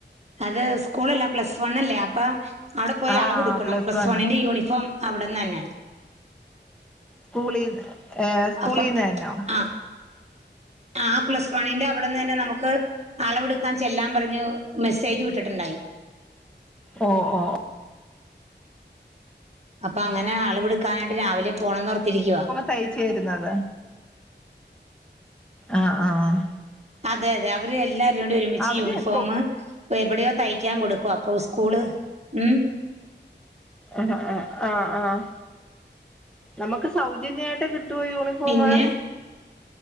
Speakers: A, on the right; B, in the centre.
A: അത് സ്കൂളല്ല പ്ലസ് വൺ അല്ലേ അപ്പൊ അവിടെ പോയി
B: ആ
A: അളവ്ട്ക്കണം പ്ലസ്
B: വൺ
A: വണ്ണിന്റെ യൂണിഫോം അവിടന്നന്നെ
B: സ്കൂളിൽ ഏഹ് സ്കൂളിന്ന്
A: അപ്പൊ
B: തന്നോ
A: ആഹ് ആ പ്ലസ് വണ്ണിന്റെ അവിടെന്ന് തന്നെ നമുക്ക് അളവെടുക്കാൻ ചെല്ലാൻ പറഞ്ഞു മെസ്സേജ് വിട്ടിട്ടുണ്ടായി
B: ഓഹ് ഓഹ്
A: അപ്പൊ അങ്ങനെ അളവെടുക്കാനായിട്ട് രാവിലെ പോണംന്ന് ഓർത്തിരിക്കുവാ
B: തയ്ച്ച് വരുന്നത് ആഹ് ആഹ്
A: അതെ അതെ അവര് എല്ലാവരും കൂടി ഒരുമിച്ച്
B: അവര്
A: യൂണിഫോമ്
B: സ്കൂ
A: എവിടെയോ തയ്ക്കാൻ കൊടുക്കും അപ്പൊ സ് കൂള് ഉം
B: ആഹ് ആഹ് ആഹ് നമുക്ക് സൗജന്യയിട്ട് കിട്ടോ യൂണി മൊമാ
A: പിന്നെ